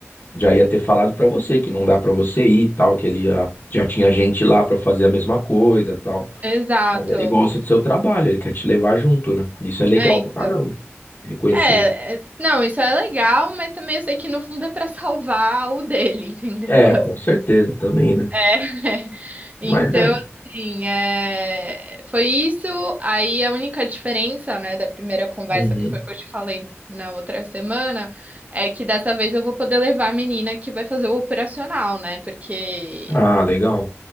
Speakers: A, on the left; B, on the right.
A: já ia ter falado pra você que não dá pra você ir, e tal, que ele ia, já tinha gente lá pra fazer a mesma coisa, e tal.
B: exato.
A: Mas ele gosta do seu trabalho, ele quer te levar junto, né? Isso é legal
B: É, então.
A: pra caramba. Reconhecimento.
B: É, é, não, isso é legal, mas também eu sei que no fundo é para salvar o dele, <laughs> entendeu?
A: É, com certeza também, né?
B: é Então,
A: Mas é, né?
B: assim, é... foi isso. Aí a única diferença, né, da primeira conversa
A: Uhum.
B: que foi que eu te falei na outra semana, é que dessa vez eu vou poder levar a menina que vai fazer o operacional, né? Porque
A: Ah, legal.